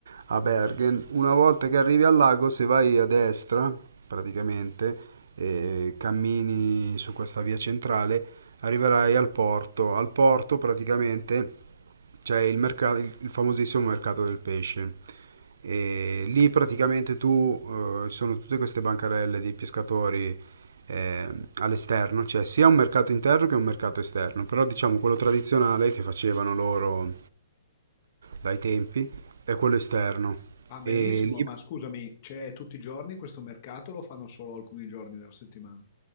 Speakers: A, on the right; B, on the left.
A: a Bergen, una volta che arrivi al lago, se vai a destra, praticamente, e cammini su questa via centrale, arriverai al porto. Al porto, praticamente, c'è il, mercato, il il famosissimo mercato del pesce. E lì praticamente tu eh, ci sono tutte queste bancarelle dei pescatori eh, all'esterno, c'è sia un mercato interno che un mercato esterno, però diciamo quello tradizionale che facevano loro dai tempi è quello esterno.
B: Ah, bellissimo,
A: E lì-
B: ma scusami, c'è tutti i giorni questo mercato o lo fanno solo alcuni giorni della settimana?